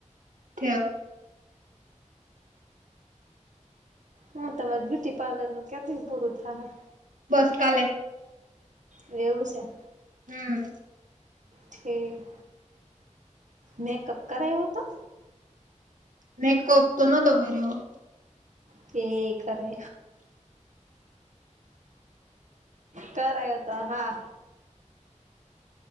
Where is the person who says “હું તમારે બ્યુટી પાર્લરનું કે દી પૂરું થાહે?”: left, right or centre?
Right